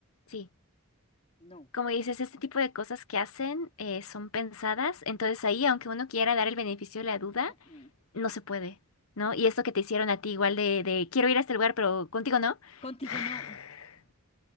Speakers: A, on the left (about 75°); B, on the left (about 30°).
A: sí.
B: No.
A: Como dices, este tipo de cosas que hacen eh, son pensadas. Entonces ahí, aunque uno quiera dar el beneficio de la duda,
B: mm, mm,
A: no se puede, ¿no?
B: no.
A: Y esto que te hicieron a ti igual de, de quiero ir a este lugar, pero contigo no,
B: Contigo
A: <laughs>
B: no.